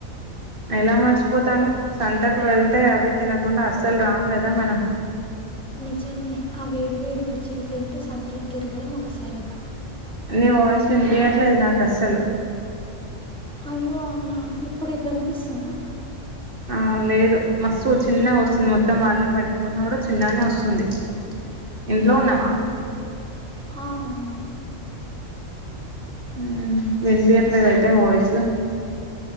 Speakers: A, on the right; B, in the centre.
A: ఎలా మర్చిపోతాను సంతకు వెళ్తే అవి తినకుండా అస్సలు రాము కదా మనం.
B: నిజమే ఆ వేడివేడి బజ్జీలు తింటూ సంతలో తిరగడం ఒక సరదా
A: నీ వాయిస్ వినిపీయట్లేదు నాకు అస్సలు.
B: అయ్యో అన్న ఇప్ ప్పుడు ఇ వినిపిస్తుందా?
A: ఆ లేదు మస్తుగ చిన్నగ వస్తుంది మొత్తం వాల్యూమ్ పెట్టుకున్న కూడా చిన్నగనే వస్తుంది. ఇంట్లో
B: అయ్యో
A: ఉన్నావా?
B: ఆ, అవును
A: మ్మ్ వినిపియట్లేద అయితే వాయిస్